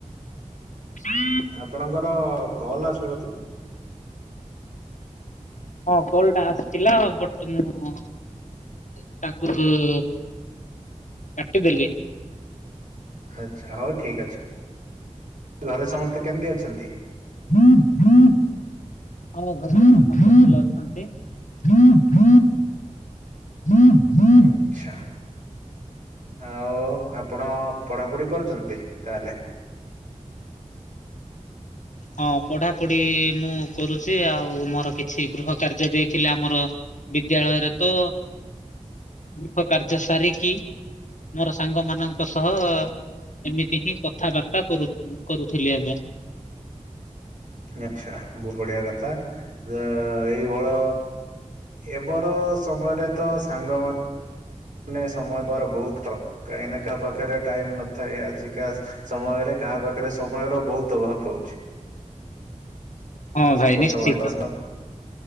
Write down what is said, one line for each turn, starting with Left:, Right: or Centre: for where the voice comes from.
Left: ହ
Right: ଆପଣଙ୍କର କଲ ଆସୁଚି ବୋଧେ!
Left: ହଁ କଲଟା ଆସିଥିଲା ବଟ ମୁଁ ତାକୁ କାଟିଦେଲି।
Right: ଆଛା ହଉ ଠିକ ଅଛି, ଘରେ ସମସ୍ତେ କେମିତି ଅଛନ୍ତି?
Left: ହ ହ୍ ଆଉ ଘରେ ସମସ୍ତେ ଭଲ ଅଛନ୍ତି। ଲିପ୍ ଲିପ୍
Right: ଆଚ୍ଛା ଆଉ ଆପଣ ପଢାପଢି କରୁଛନ୍ତି ତାହେଲେ?
Left: ହଁ ପଢାପଢି ମୁଁ କରୁଛି ଆଉ ମୋର କିଛି ଗୃହ କାର୍ଯ୍ୟ ଦେଇଥିଲେ ଆମର ବିଦ୍ୟାଳୟରେ ତ ଗୃହ କାର୍ଯ୍ୟ ସାରିକି ମୋର ସାଙ୍ଗ ମାନଙ୍କ ସହ ଏମିତି ହିଁ କଥାବାର୍ତ୍ତା କରୁ କରୁଥିଲି ଆଜ୍ଞା।
Right: ଆଛା ବହୁତ ବଢିଆ କଥା ଅ ଏଇଭଳ ଏବର ସମୟରେ ତ ସାଙ୍ଗମାନ୍ ନେ ସମୟ ଦ୍ଵାରା ବହୁତ କ କାହିଁ ନା କାହା ପାଖରେ ଟାଇମ ନଥାଏ ଆଜିକା ସମୟରେ କାହା ପାଖରେ ସମୟର ବହୁତ ଅଭାବ ରହୁଛି।
Left: ହଁ ଭାଇ
Right: ସମସ୍ତଙ୍କ
Left: ନିଶ୍ଚିତ।